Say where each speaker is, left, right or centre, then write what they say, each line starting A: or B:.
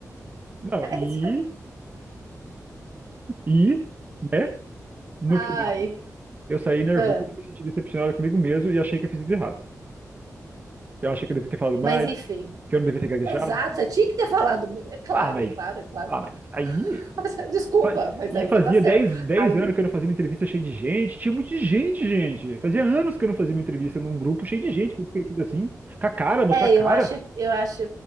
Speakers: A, on the right (about 30°); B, on the right (about 80°).
A: Não,
B: <laughs>
A: e, e, né, no
B: Ai,
A: final, eu saí nervoso,
B: é.
A: me senti decepcionado comigo mesmo e achei que eu fiz tudo errado. Eu achei que eu devia ter falado mais,
B: Mas enfim.
A: que eu não devia ter gaguejado.
B: Exato, você tinha que ter falado. mu- É claro,
A: Ah, mas,
B: é claro, é claro.
A: ah, mas aí.
B: <laughs> Desculpa,
A: Fa-
B: mas
A: E
B: aí
A: fazia
B: você tá certo.
A: dez dez
B: Aí,
A: anos que eu não fazia uma entrevista cheia de gente. Tinha muito de gente, gente. Fazia anos que eu não fazia uma entrevista num grupo cheio de gente, com os assim. Com a cara, mostrar
B: é,
A: a cara.
B: eu acho, eu acho,